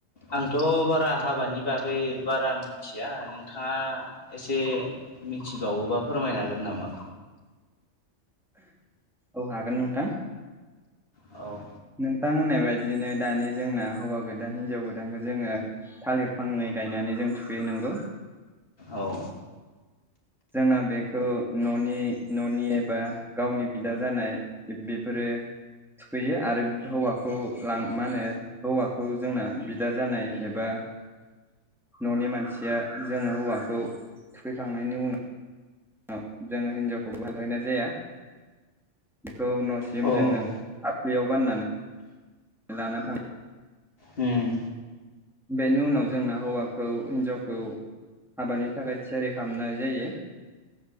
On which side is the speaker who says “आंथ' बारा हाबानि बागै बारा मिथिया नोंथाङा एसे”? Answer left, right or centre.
Left